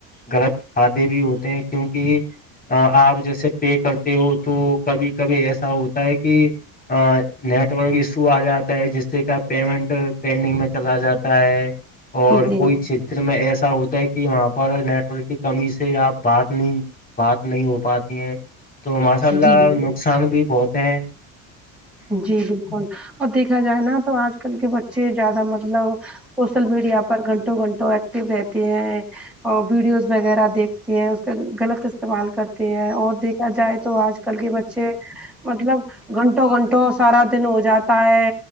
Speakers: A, on the left; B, in the centre.
A: غلط فائدے بھی ہوتے ہیں کیونکہ آپ جیسے پے کرتے ہو تو کبھی کبھی ایسا ہوتا ہے کہ ا نیٹورک ایشو آ جاتا ہے جس سے کہ پیمنٹ پینڈنگ میں چلا جاتا ہے اور
B: جی
A: کوئی چ میں ایسا ہوتا ہے کہ وہاں پر نیٹورک کی کمی سے آپ بات نہیں بات نہیں ہو پاتی ہیں تو ماشاء
B: جی
A: اللہ
B: جی
A: نقصان بھی بہت ہیں
B: جی بالکل اب دیکھا جائے نا تو آج کل کے بچے چے زیادہ مطلب سوشل میڈیا پر گھنٹوں گھنٹوں و رہتی ہیں اور ویڈیوز وغیرہ دیکھتی ہیں اس کا غلط استعمال کرتے ہیں اور دیکھا جائے تو آج کل کے بچے مطلب گھنٹوں گھنٹے دن ہو جاتا ہے